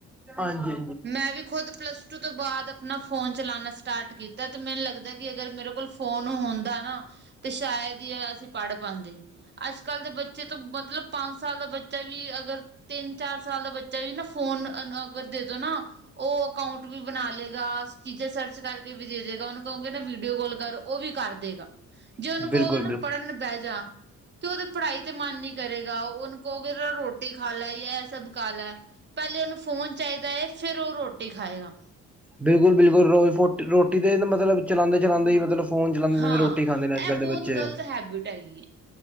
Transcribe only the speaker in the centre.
ਹਾਂਜੀ।
<inaudible>
ਬਿਲਕੁਲ
ਬਿਲਕੁਲ
ਬਿਲਕੁਲ, ਬਿਲਕੁਲ ਰੋਜ਼ ਰੋਟੀ ਦੇ ਮਤਲਬ ਚਲਾਉਂਦੇ, ਚਲਾਉਂਦੇ ਹੀ ਮਤਲਬ ਫੋਨ ਚਲਾਉਂਦੇ ਜਾਂਦੇ
ਰੋਟੀ ਰੋਟੀ ਖਾਂਦੇ ਨੇ ਅੱਜ
ਕੱਲ ਦੇ
ਬੱਚੇ,